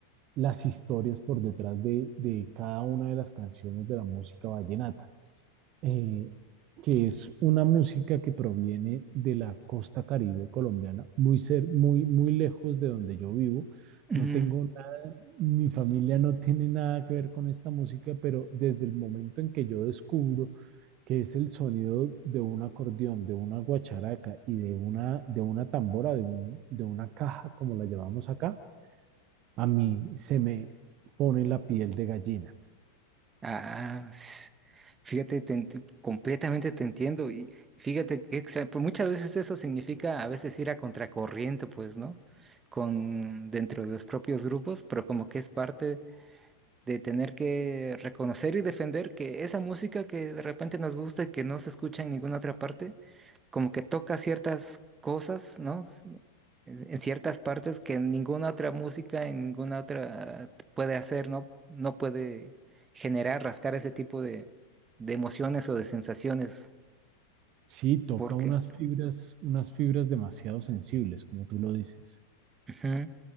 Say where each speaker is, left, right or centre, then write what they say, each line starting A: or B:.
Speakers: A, on the right; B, on the right.
A: las historias por detrás de, de cada una de las canciones de la música vallenata, eh, que es una música que proviene de la costa caribe colombiana, muy, ser, muy, muy lejos de donde yo vivo.
B: ujú.
A: No tengo mi familia no tiene nada que ver con esta música, pero desde el momento en que yo descubro que es el sonido de un acordeón, de una guacharaca y de una, de una tambora, de, un- de una caja, como la llamamos acá, a mí se me pone la piel de gallina.
B: Ah, s- fíjate, te enti- completamente te entiendo. Y fíjate que exa- pues muchas veces eso significa a veces ir a contracorriente, pues, ¿no? Con dentro de los propios grupos, pero como que es parte. de tener que reconocer y defender que esa música que de repente nos gusta y que no se escucha en ninguna otra parte, como que toca ciertas cosas, ¿no? S- En en ciertas partes que ninguna otra música, en ninguna otra puede hacer, ¿no? No puede generar, rascar ese tipo de, de emociones o de sensaciones,
A: Sí, toca
B: porque
A: unas fibras, unas fibras demasiado sensibles, como tú lo dices.
B: ujú,